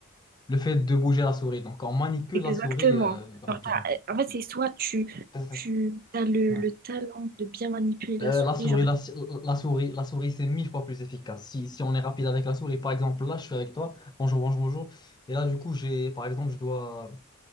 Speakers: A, on the left (about 20°); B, on the right (about 45°).
A: Le fait de bouger la souris. Donc, on manipule
B: Exactement.
A: la souris euh, rapidement.
B: Genre, t'as- en fait, c'est soit tu,
A: Tac, tac.
B: tu as le,
A: Ouais.
B: le talent de bien manipuler la
A: Euh,
B: souris,
A: la souris,
B: genre.
A: la, si- la souris, la souris, c'est mille fois plus efficace. Si, si on est rapide avec la souris, par exemple, là, je suis avec toi. Bonjour, bonjour, bonjour. Et là, du coup, j'ai, par exemple, je dois,